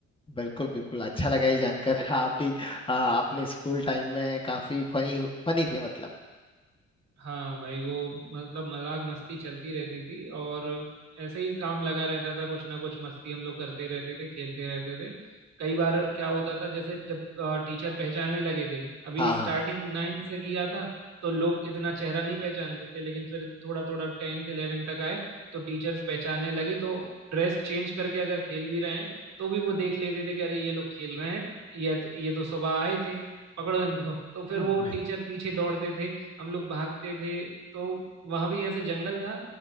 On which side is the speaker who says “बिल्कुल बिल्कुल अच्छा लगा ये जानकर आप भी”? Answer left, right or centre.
Left